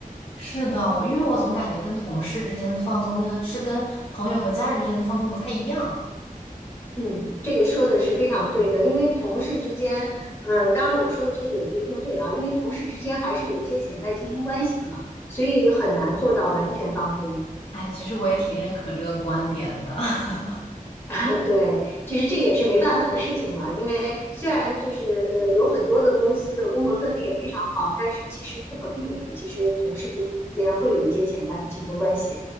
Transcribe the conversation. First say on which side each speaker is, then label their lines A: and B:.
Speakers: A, on the left; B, on the left.
A: 是的，我因为我总感觉跟同事之间的放松跟是跟朋友和家人之间的放松不太一样。
B: 嗯，这个说的是非常对的，因为同事之间，嗯，当然我说的这个也不一定对啊，因为同事之间还是有一些潜在竞争关系的嘛，所以很难做到完全放松。
A: 哎，其实我也挺认可这个观点的。<laughs>
B: <laughs> 对，就是这个也是没办法的事情嘛，因为虽然就是呃有很多的公司的工作氛围也非常好，但是其实不可避免，其实同事之间会有一些潜在的竞争关系。